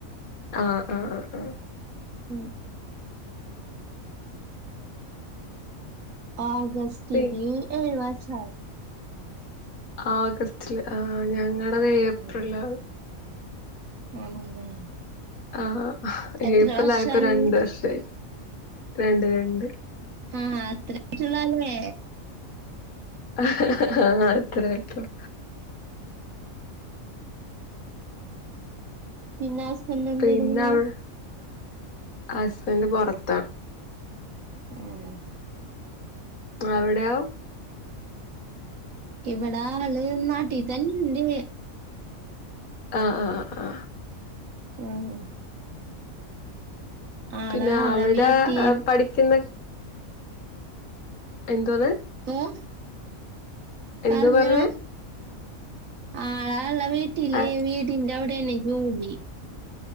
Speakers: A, on the left; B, on the right.
A: ആഹ് ആഹ് ആഹ് ആഹ്
B: ഉം അഗസ്റ്റിന്
A: പി
B: ഏഴ് വർഷാവ്ണ്
A: ആഗസ്റ്റില് ആ ഞങ്ങളത് ഏപ്രിലിലാണ്
B: ഉം ആണല്ലേ
A: ആഹ്
B: എത്ര
A: ഏപ്രിൽ
B: വർഷാവും
A: ആയപ്പോ രണ്ട് വർഷം ആയി രണ്ട് രണ്ട്
B: ആഹ് അത്രുള്ളു അല്ലേ
A: ആഹ് അത്ര ആയിട്ടോള്ളു.
B: പിന്നെ ഹസ്ബൻഡ് എന്തെടുക്കണ്
A: പിന്നെ അവിടെ ഹസ്ബൻഡ് പൊറത്താ.
B: ആണോ?
A: അവിടെയോ?
B: ഇവിടെ ആള് നാട്ടിൽ തന്നെയുണ്ട്.
A: ആഹ് ആഹ് ആഹ് ആഹ്.
B: ഉം ആളാ
A: പിന്നെ
B: ഇള്ള
A: അവിടെ
B: വീട്ടിൽ
A: പഠിക്കുന്നു. എന്താണ്?
B: ഓഹ്
A: എന്തോ
B: പറഞ്ഞോ,
A: പറഞ്ഞേ
B: ആളുള്ള വീട്ടില്
A: ആഹ്
B: വീ വീടിന്റെ അവിടെയാണ് ജോലി.